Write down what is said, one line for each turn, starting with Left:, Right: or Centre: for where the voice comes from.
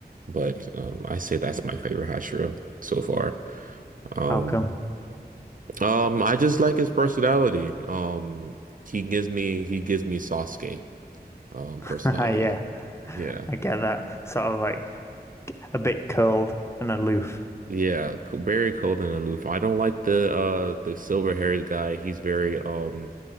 Right: but um, I say that's my favorite Hashira so far. Um,
Left: How come?
Right: Um, I just like his personality. Um, he gives me he gives me Sasuke um
Left: <laughs>
Right: personality.
Left: Yeah.
Right: Yeah.
Left: I get that. Sort of like a bit cold and aloof.
Right: Yeah, c- very cold and aloof. I don't like the uh the silver-haired guy. He's very um